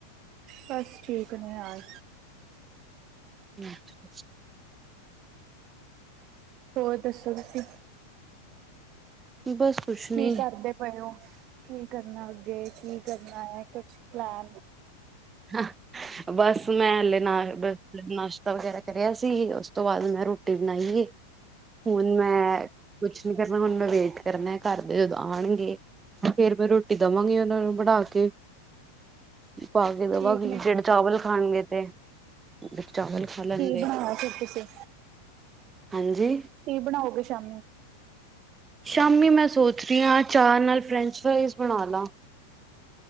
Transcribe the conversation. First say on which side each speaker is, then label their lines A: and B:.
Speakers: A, on the right; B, on the right.
A: ਬਸ ਠੀਕ ਨੇ ਯਾਰ
B: <inaudible>
A: ਹੋਰ ਦੱਸੋ ਤੁਸੀਂ
B: ਬਸ ਕੁਛ
A: ਕੀ
B: ਨੀ
A: ਕਰਦੇ ਪਏ ੳ ਕੀ ਕਰਨਾ ਅੱਗੇ ਕੀ, ਕਰਨਾ ਹੈ। ਕੁਛ ਪਲੈੱਨ
B: ਹਾਂ। ਬੱਸ ਮੈਂ ਹਲੇ ਨਾ, ਬ ਨਾ ਵਗੈਰਾ ਕਰਿਆ ਸੀ, ਉਸ ਤੋਂ ਬਾਅਦ ਮੈਂ ਰੋਟੀ ਬਣਾਈਏ ਹੁਣ ਮੈਂ, ਕੁਛ ਨੀ ਕਰਨਾ ਹੁਣ, ਮੈਂ ਵੇਟ ਚਿਰਨ ਕਰਦੇ ਆਣਗੇ ਫੇਰ ਮੈਂ, ਰੋਟੀ ਦੇਵਾਂਗੀ ਉਹਨਾਂ ਨੂੰ ਬਣਾ ਕੇ। ਕੀ ਪਾ ਜਿਹੜੇ
A: ਠੀਕ ਨੇ ਕੀ
B: ਚਾਵਲ ਖਾਣਗੇ ਤੇ, ਚਾਵਲ ਖਾ ਲੈਣਗੇ
A: ਕੀ ਬਣਾਇਆ ਫਿਰ ਤੁਸੀਂ?
B: ਹਾਂਜੀ
A: ਕੀ, ਬਣਾਓਗੇ ਸ਼ਾਮੀ?
B: ਸ਼ਾਮੀ, ਮੈਂ ਸੋਚ ਰਹੀ ਹਾਂ, ਚਾਅ ਨਾਲ ਫਰੈਂਚ- ਫਰਾਈਜ਼ ਬਣਾ ਲਾ।